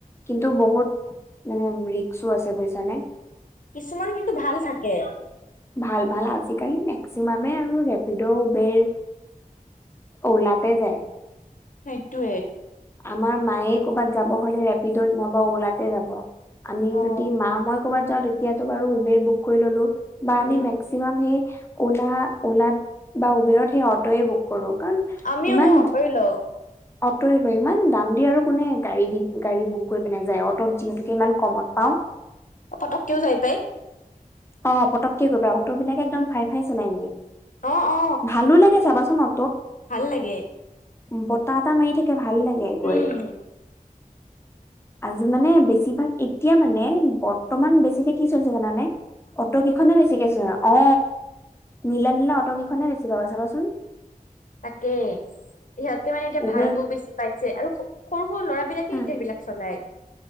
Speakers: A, on the left; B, on the left.
A: কিন্তু বহুত। মানে ৰিক্স আছে বুইছা নে।
B: কিছুমান কিন্তু ভাল থাকে।
A: ভাল ভাল আজিকালি মেক্সিমামে আৰু ৰেপিডো উবেৰ। ওলাওঁতে যাই।
B: সেইটোৱে।
A: আমাৰ মায়ে কবাত যাব হলে ৰেপিডত নাইবা অলাতে যাব আমি
B: অ
A: যদি মা মই কৰ'বাত যাওঁ তেতিয়াতো বাৰু উবেৰ বুক কৰি ললো বা আমি
B: উম
A: মেক্সিমাম
B: উম
A: সেই উলা উলাত বা উবেৰত সেই অটো এ বুক কৰো কাৰণ
B: আমিও
A: ইমান
B: সেই অতৰি লও।
A: অটয়ে লয় ইমান দাম দি আৰু কোনে গাড়ী দি গাড়ী বুক কৰি পিনে যায় অটত যিহেতুকে ইমান কমত পাওঁ
B: পটককেওঁ যাই পাই।
A: অ পটককে গৈ পাই অটো বিলাকে একদম ফাই ফাই চলাই নিয়ে
B: অ অ
A: ভালো লাগে চাবাচোন অ
B: ভাল লাগে
A: বতাহ এটা মাৰি থাকে ভাল লাগে গৈ
B: উম
A: আজি মানে বেছিভাগ এতিয়া মানে বৰ্তমান বেছিকে কি চলিছে জানানে। অট কিখনে বেছিকে চলে অ। নীলা নীলা অটকেইখনে বেছি পাবা চাবাচোন
B: তাকে ইহঁতে মানে এতিয়া
A: উবেৰ
B: ভাড়াটোও বেছি পাইছে আৰু সৰু সৰু ল'ৰাবিলাকে
A: হা
B: এতিয়া সেইবিলাক চলায়